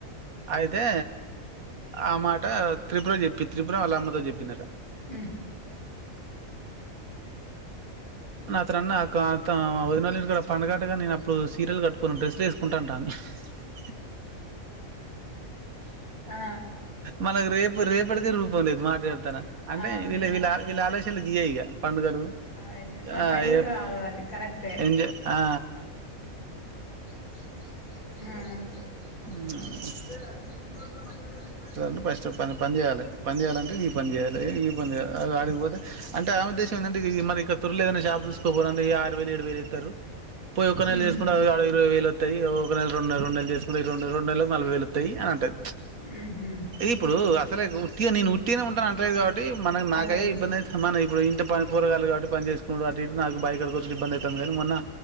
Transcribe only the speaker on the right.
అయితే ఆ మాట త్రిపురం చెప్పి త్రిపురం అళ్ల అమ్మతో చెప్పిందట
అతనున్న ఉద న పండడుగటగా నే అప్పుడు సీరియల్ కట్టుొనిను డ్రెస్లు వేసుకుంటా అంటాను అ
మనకు రేపు రేపటికి రూపం లేదు మాట్లాడు అంటే
వీళ్ళ వీళ్ళ వీళ్ళ ఆలోచయలు గీయ ఇక పండుగలు
ఆ
ఏ
ఎండి ఆ
గట్ల
అంటే ఫస్ట్ పని చేయాలి పని చేయాలంటే నీ పని చేయాలి నీ పని చేయాలి అది ఆడిగిపోతే అంటే ఆమె ఉద్దేశం ఏంటే మరి ఇక త్వరలో ఏదైనాషపు చూసుకోవాల అంటే ఈ ఆరు వేలు ఏడు వేలు అవుతారు పోయి ఒక నెల
చేసుకుంట అ ఇరవ వేలు వాయి ఒకెల రెడు రండుెల చేసుకుని రెడు రెడు నలలకు నల వేలుయి అని అంటది
ఇప్పుడు అసలేట్టి నేను ఉట్టినే ఉంటాను అంటదు కాబట్టి మనకి నాక
ఇబ్బందియి సమానం ఇప్పుడు ఇంటి పరరాగాలు కాట్టి పని చేసుకు నాకు బయడ కూర్చ్చు ఇబ్బంది అవుతుంది కానీ మొన్న